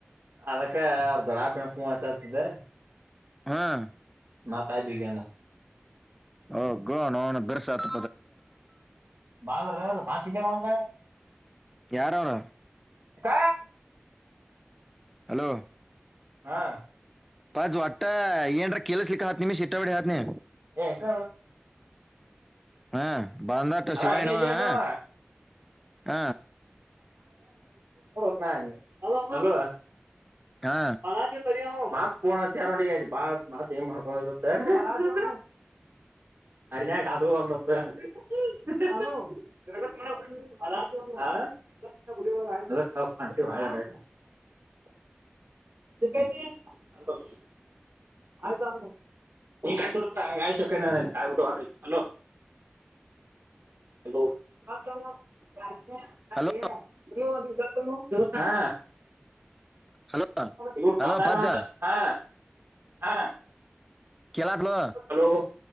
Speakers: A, on the right; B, in the centre.
A: ಅದಕ್ಕೆ ಅರ್ ೆ ಪುಚತದೆ
B: ಹ್ಮ್
A: ಮಾತ ದಗಂದ
B: ಹಓ ಗೋ ನಣ ಬೆರ್ಸತ್ಪ
A: ಬಲ್ರು ಮಾ ಕ ಮಾಡ
B: ಯಾರ ಅವರ
A: ಕ
B: ಹಲೋ
A: ಹಾ
B: ತಾಜ್ ಒಟ್ಟ ಏನ್ ಕಲ ಸ್ ಲಕ್ಕ ಹತ್ ನಿಮ್ಮ ಶಿಟಾವಡೆ ಆತ್ ನೀ
A: ಏ ಎಂತ
B: ಹಾ ಬಾಧಾರತ
A: ಅದ
B: ಶಿಿವಾಯನು
A: ಅರ್ನಿ ಇಲ್ಲೇ
B: ಹಾ
A: ಅದಾವ
B: ಹ
A: ನ ಅಲ್ವಾ
B: ಹಾ
A: ಪಲ ಮಾತ್ಫೋನ್ ಅಚಾರತ್ ಮಾ ಮಾಡ್ಕ ಹ ಅರಿನ್ಯಾಗ ಹ್ಯಾಸ್ಗೊಲ್ದತ್ತ..... <unintelligible> <unintelligible> ಆಯಿತಲ್ಲ ಇಂಗ್ಯಾಯಿಸಿ ಹೊಡದ್ ಬೀಡಾ ಅಂಗಾಸಿ ಹೊದ್ರಾಯಿತು ಹಲೋ ಹಲೋ...... <unintelligible>
B: ಹಲೋ
A: ಹಾ
B: ಹಲೋ
A: ಇವರು
B: ಹಲೋ
A: ಬಂದಾರನಂತ
B: ಪಜ್ಜ
A: ಹಾ.... ಹಾ
B: ಕೇಳಾತ್ಲೋ
A: ಲೋ